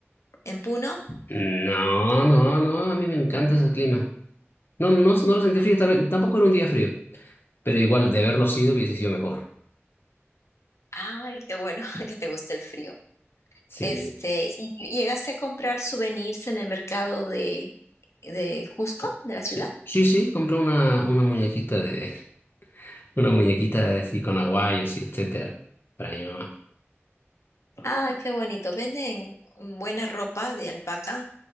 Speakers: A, on the left; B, on the left.
A: en Puno.
B: No,
A: Uy,
B: no, no, a mí me encanta ese clima. No, no, no lo sentí
A: a-
B: frío, tal vez- tampoco era un día frío, pero igual de haberlo sido hubiese sido mejor.
A: Ay, qué bueno <laughs> que te guste el frío.
B: Sí,
A: Este, ¿y y llegaste a comprar souvenirs en el mercado de, de Cusco, de la ciudad?
B: sí, sí, sí, compré una, una muñequita de, una muñequita así con aguayos y etcétera, para mi mamá.
A: Ay, qué bonito. Venden buena ropa de alpaca